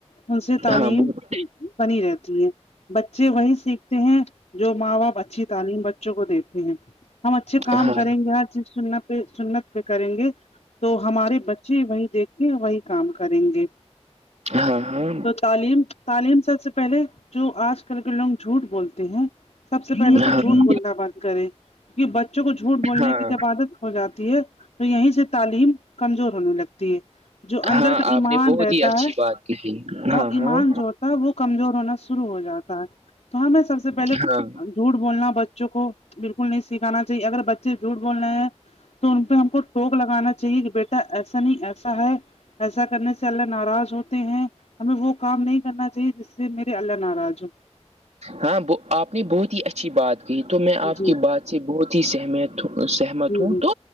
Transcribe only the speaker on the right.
ہاں ہاں بہت
ہاں
ہاں ہاں
ہاں
ہاں
ہاں
ہاں
آپ
نے بہت
ہی اچھی
بات کہی ہاں
ہاں
ہاں
ہاں آپ نے بہت ہی اچھی بات کی تو میں آپ
کی بات سے بہت ہی سہمیت سہمت
ہوں
تو